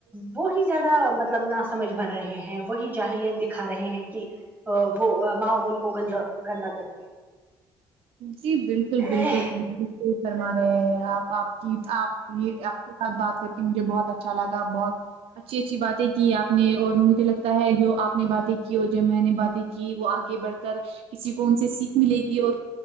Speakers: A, on the right (about 20°); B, on the right (about 75°).
A: وہی زیادہ مطلب نہ سمجھ بھر رہے ہیں وہی جاہلیت دکھا رہے ہیں کہ وہ ماحول کو گندا گندا کر کے
B: جی بالکل
A: کے
B: بالکل بالکل فرما رہے ہیں آپ آپ کی آپ سے بات کر کے مجھے بہت اچھا لگا بہت اچھی اچھی باتیں کی آپ نے اور مجھے لگتا ہے جو آپ نے باتیں کی اور جب میں نے باتیں کہ وہ آگے بڑھ کر کسی کو ان سے سیکھ ملے گی اور